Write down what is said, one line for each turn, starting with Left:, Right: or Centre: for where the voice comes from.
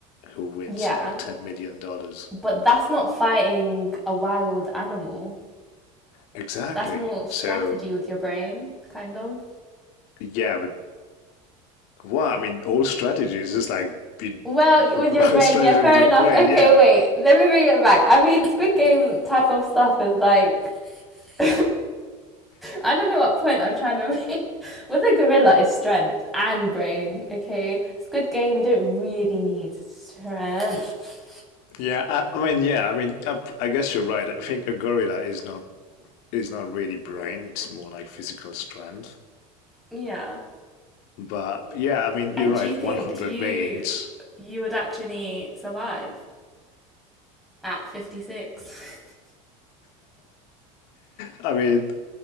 Left: who wins
Centre: Yeah.
Left: like $10 million. dollars.
Centre: But that's not fighting a wild animal.
Left: Exactly.
Centre: That's more strategy
Left: So,
Centre: with your brain, kind of.
Left: yeah, but wow, I mean, all strategies is like you,
Centre: Well,
Left: you think
Centre: with
Left: <laughs> about
Centre: your brain,
Left: strategy
Centre: yeah, fair
Left: with your
Centre: enough.
Left: brain.
Centre: Okay,
Left: Yeah.
Centre: wait, let me bring it back. I mean, Squid Game type of stuff is like. <laughs> I don't know what point I'm trying to <laughs> make. With a gorilla, is strength and brain, okay? Squid Game, you don't really need strength.
Left: Yeah. I, I mean, yeah, I mean, I, I guess you're right. I think a gorilla is not is not really brain, it's more like physical strength.
Centre: Yeah.
Left: But yeah, I mean, you're
Centre: And
Left: right,
Centre: do you think
Left: 100
Centre: you
Left: Banes.
Centre: you would actually survive at 56? <laughs>
Left: I mean,